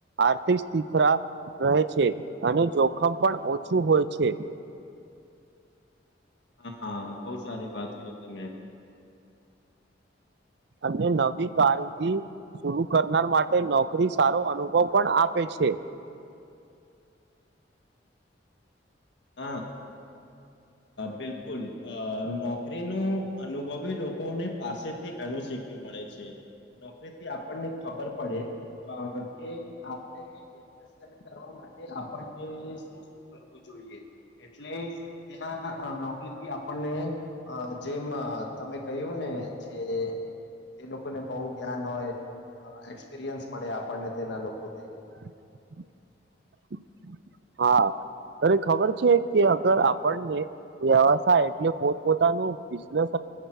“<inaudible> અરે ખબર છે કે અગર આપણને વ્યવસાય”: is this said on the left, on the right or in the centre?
Right